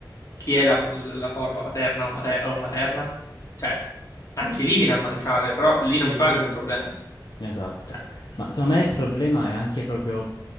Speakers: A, on the left; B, on the left.
A: chi è la, la forma paterna o mate- o materna? Cioè, anche lì viene a mancare, però lì non mi pare sia un problema.
B: esatto.
A: Cioè,
B: Ma
A: mm,
B: secondo me il problema è anche proprio